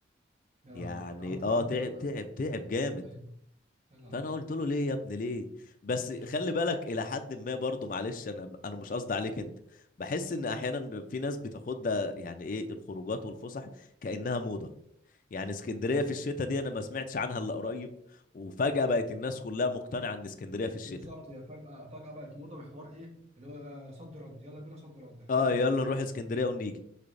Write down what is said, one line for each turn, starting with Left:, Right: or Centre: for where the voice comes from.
Right: يا
Left: يعني
Right: لهوي على طول
Left: اه
Right: عندي
Left: تعب
Right: برد أوي
Left: تعب تعب جامد
Right: <laughs> أيوه يا لهوي
Left: فانا قلت له ليه يا ابني ليه بس
Right: <laughs>
Left: خلي بالك الى حد ما برضه معلش انا انا مش قصدي عليك انت بحس ان
Right: امم
Left: احيانا في ناس بتاخد ده يعني ايه الخروجات والفسح كانها موضه يعني اسكندريه في الشتاء دي انا ما سمعتش عنها الا قريب وفجاه بقت الناس كلها مقتنعه ان اسكندريه في الشتاء
Right: بالظبط هي فجأة فجأة بقت موضة بحوار إيه اللي هو آه، صد رد يلا بينا صد رد الحوار
Left: اه
Right: ده
Left: يلا
Right: بقى بقى
Left: نروح اسكندريه ونيجي